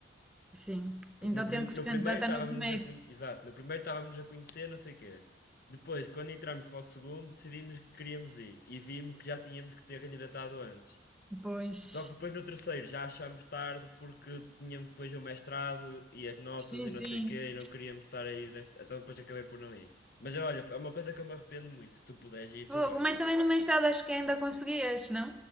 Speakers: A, in the centre; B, on the left (about 50°).
A: Sim.
B: Porque
A: Então
B: no, prim-
A: tinham que
B: no
A: se candidatar
B: primeiro estávamos
A: no primeiro.
B: a conhecer. Exato, no primeiro estávamos a conhecer, não sei o quê. Depois, quando entramos para o segundo, decidimos que queríamos ir e vimos que já tínhamos que ter candidatado antes.
A: Pois.
B: Só que depois no terceiro já achámos tarde porque tínhamos depois o mestrado e as notas
A: Sim,
B: e
A: sim.
B: não sei o quê e não queríamos estar a ir nesse... Então depois acabei por não ir. Mas olha, é uma coisa que eu me arrependo muito. Se tu puderes ir, tu
A: Fogo,
B: vai.
A: Mas também no mestrado acho que ainda conseguias, não?